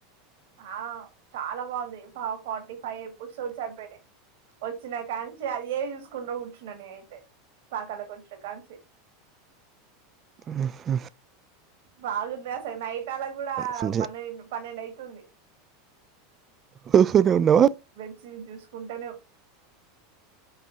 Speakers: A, on the right (about 60°); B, on the right (about 30°).
A: ఆ చాలా బాగుంది ఫార్టీ ఫైవ్ ఎపిసొడ్స్ అయిపొయినాయ్ వచ్చిన కానిచ్చి అదే చూసుకుంట కూర్చున్నా నిను అయితే పాకాలకు వచ్చిన కానిచ్చి
B: ఆహ్ <inaudible>
A: బాగుందా అసలు నైట్ అలా కూడా
B: ఫోన్ చే
A: పన్నెండు పన్నెండు అయితుంది
B: చూసిర్ర వాళ్ళు
A: ఫోన్ చూసుకుంటాను